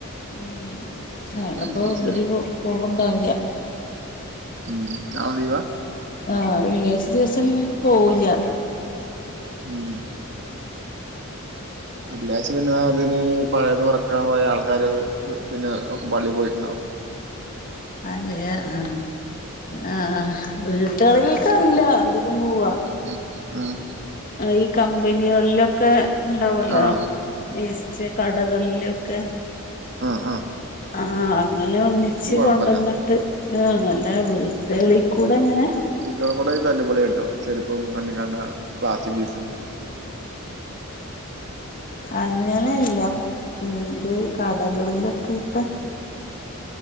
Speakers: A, on the left; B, on the right.
A: ഉം നാളപ്പോ
B: വെള്ളിയാഴ്ച
A: ഇവര് പോവ്ണ്ടാവില്ല
B: ഉം നാളെ ലീവാ
A: ആഹ് വെള്ളിയാഴ്ച ദിവസം പോവ്ല്ല്യ
B: ഉം വെള്ളിയാഴ്ച പിന്നെ അതിന് പയേത് പൊർക്കാൻ പോയ ആൾക്കാര് പിന്നെ ഒക്കെ പള്ളി പോയിട്ട്ണ്ടാവും
A: അല്ലെ ആഹ് വീട്ടാള്കൾക്കല്ല അധികം പോവാ
B: ഉം ആഹ്
A: ഈ കമ്പനികളിലൊക്കെ ഇണ്ടാവലോ
B: ആഹ്
A: വേസ്റ്റ് കടകളിലൊക്കെ
B: ആ ആ
A: ആ ആഹ് അങ്ങനെ ഒന്നിച്ച്
B: കൊഴപ്പല്ല
A: കൊണ്ടന്ന്ട്ട് ആ നല്ല വീട്ടുകളി കൂടെ അങ്ങനെ
B: വീട്ടാളിക്കുടെ അയിന് തല്ലിപൊളി കിട്ടാമതി ചെരുപ്പും കണ്ണിക്കണ്ട പ്ലാസ്റ്റിക്കീസും
A: അങ്ങനെല്ല ഇത് കടകളിലൊക്കെയിട്ട്